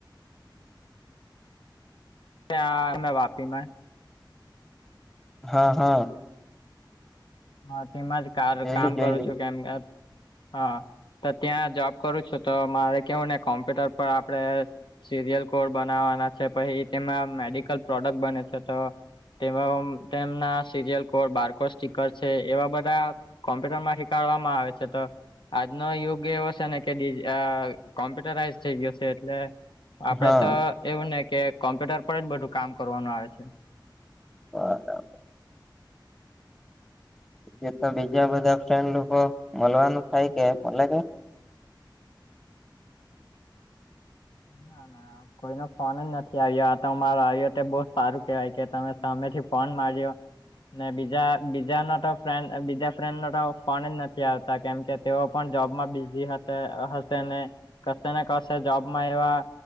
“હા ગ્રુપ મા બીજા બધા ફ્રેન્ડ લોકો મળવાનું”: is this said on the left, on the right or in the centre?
Centre